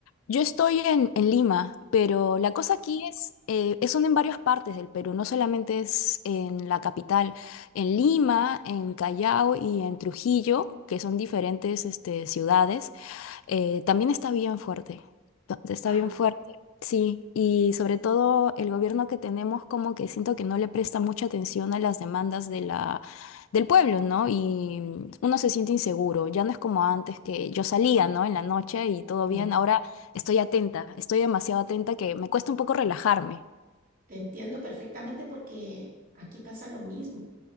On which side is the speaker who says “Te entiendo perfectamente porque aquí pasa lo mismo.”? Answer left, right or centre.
Right